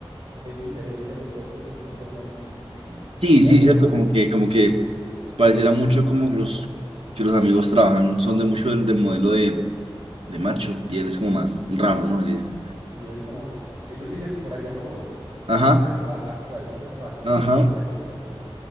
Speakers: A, on the right; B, on the right.
A: es diferente a los otros de alguna forma en, en- en-
B: Sí,
A: en lo que
B: sí,
A: hace.
B: cierto,
A: Es como
B: como que, como que pareciera
A: trabajar,
B: mucho
A: trabaja
B: como
A: en la
B: los
A: noche.
B: que los amigos trabajan, son de mucho del, del modelo de, de macho, y él es como más raro, ¿no? Él es.
A: Sí, es como ellos dicen por allá no voy. En
B: Ajá,
A: cambio, él va a cualquier parte. Esa
B: ajá.
A: es como la premisa, como